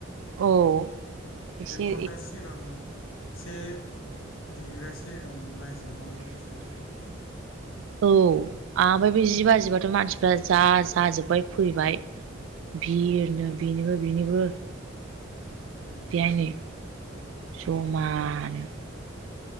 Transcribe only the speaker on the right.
औ एसे
औ ओमफ्राय बे जि बाजिबाथ' मानसिफ्रा जा जाजोबबाय फैबाय बि होनो बेनिबो बेनिबो
बेहाय नै जमानो